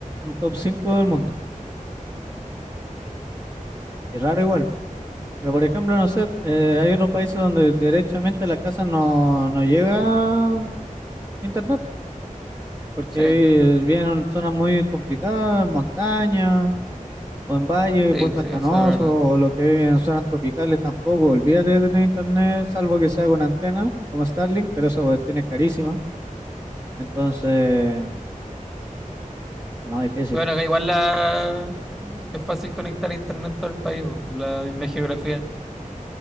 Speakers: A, on the right; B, in the centre.
A: un top 5 del mundo. Y raro igual. Pero por ejemplo, no sé, eh, hay otros países donde derechamente a la casa no, no llega internet, porque
B: Sí,
A: viven en zonas muy complicadas, en montañas, o en valles
B: sí,
A: muy pantanosos,
B: sí, eso es verdad.
A: o lo que es en zonas tropicales tampoco. Olvídate de tener internet, salvo que sea con antena, como Starlink, pero esa cuestión es carísima Entonces, no, difícil,
B: Bueno, acá igual la... es fácil conectar a internet en todo el país, po, la misma geografía.